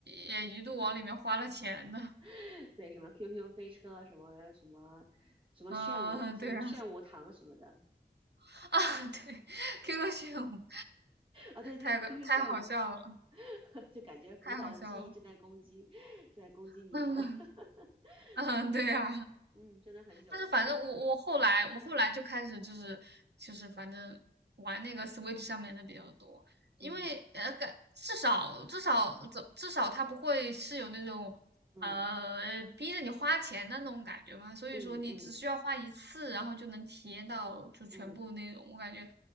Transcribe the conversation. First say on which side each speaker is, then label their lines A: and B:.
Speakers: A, on the right; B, on the right.
A: 也一度往里面花了钱呢。
B: 对 <laughs> 对，什么 QQ 飞车，什么什么什么炫舞，
A: 嗯，
B: 什么炫舞糖什么的，
A: 对啊，<laughs> 啊，对，QQ 炫舞
B: 啊对对，QQ
A: 太个太好笑了，
B: 炫舞，<laughs> 就感觉古早的记忆正在攻击，
A: 太好笑了。
B: 正在攻击你是吧？
A: <laughs> 嗯
B: <laughs>
A: 嗯，
B: 对，
A: 对啊。
B: 嗯，真的很久了，
A: 但是反正我我后来我后来就开始就是就是反正玩那个
B: 对，
A: Switch 上面的比较多，因为呃感至少至少怎至少它不会是有那种呃逼着你花钱的那种感觉嘛，
B: 嗯嗯
A: 所以说你只需要花一次，
B: 嗯嗯嗯嗯。
A: 然后就能体验到就全部那种，
B: 嗯
A: 我感觉